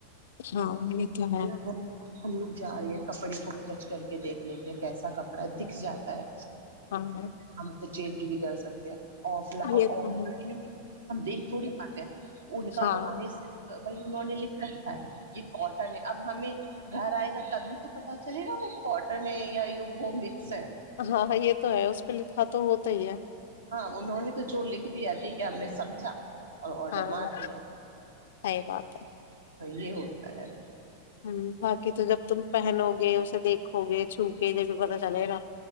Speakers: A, on the left; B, on the right.
A: ہاں یہ تو ہے
B: م ہم ہم لوگ جا رہے ہیں کپڑے کو بھی ٹچ کر کے دیکھ لیتے ہیں کیسا کپڑا دکھ جاتا ہے
A: ہاں
B: ہم اسے چینج بھی کر سکتے آف لائ
A: یہ
B: لائن
A: تو ہے
B: میں ہم دیکھ تھوڑی بات ان کا
A: ہاں
B: تو ہ بھ انہوں نے لکھ رکھا ہے یہ کاٹن ہے اب ہمیں گھر آئے گا تبھی تو پتا چلے گا وہ کاٹن ہے یا یہ وہ ہے
A: ہاں ہاں یہ تو ہے اس پہ لکھا تو ہوتا ہی ہے
B: ہاں انہوں نے تو لکھ دی کہ ہم نے سمجا اور آڈر
A: ہاں
B: مار لیا
A: صحیح بات ہے
B: یہ ہوتا ہے
A: ہ باقی تو جب تم پہنو گے اسے دیکھو گے چھو کے جبھی پتا چلے گا